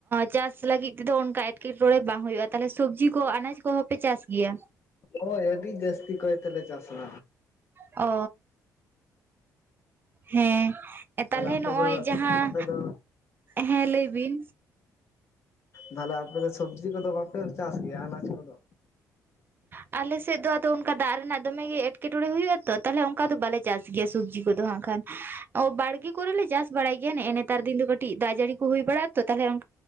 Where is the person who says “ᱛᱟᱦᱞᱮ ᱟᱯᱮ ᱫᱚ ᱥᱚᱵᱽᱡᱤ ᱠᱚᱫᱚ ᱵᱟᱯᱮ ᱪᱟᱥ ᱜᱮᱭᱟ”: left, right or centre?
Left